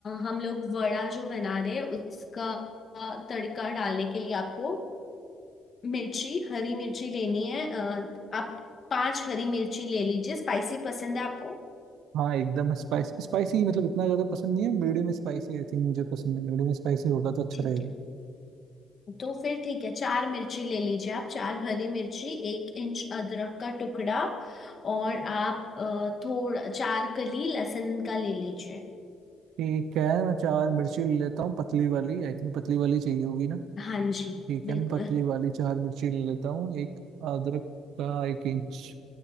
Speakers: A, on the left; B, on the right.
A: हम लोग वड़ा जो बना रहे हैं उसका अ, तड़का डालने के लिए आपको मिर्ची हरी मिर्ची लेनी है अ, आप पांच हरी मिर्ची ले लीजिए स्पाइसी पसंद है आपको
B: हाँ एकदम स्पाइसी स्पाइसी मतलब इतना ज्यादा पसंद नहीं है मीडियम स्पाइसी आई थिंक मुझे पसंद है मीडियम स्पाइसी होगा तो अच्छा
A: ठीक
B: रहेगा
A: है तो फिर ठीक है चार मिर्ची ले लीजिए आप चार हरी मिर्ची एक इंच अदरक का टुकड़ा और आप अ, थोड़ा चार कली लहसुन का ले लीजिए
B: ठीक है मैं चार मिर्ची ले लेता हूँ पतली वाली आई थिंक पतली वाली चाहिए होगी ना
A: हाँ जी
B: ठीक
A: बिल्कुल
B: है मैं पतली वाली चार मिर्ची ले लेता हूँ एक अदरक का एक इंच